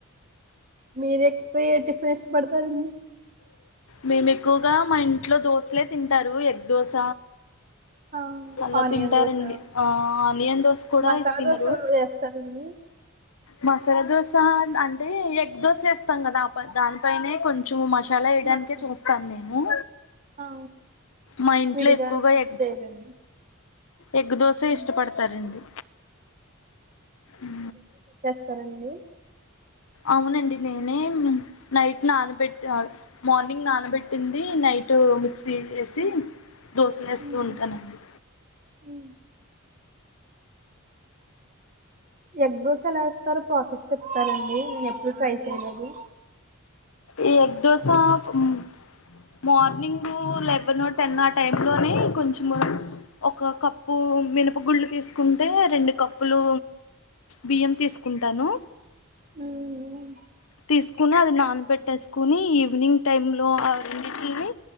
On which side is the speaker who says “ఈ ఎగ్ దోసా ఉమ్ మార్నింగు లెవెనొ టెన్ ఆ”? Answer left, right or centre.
Left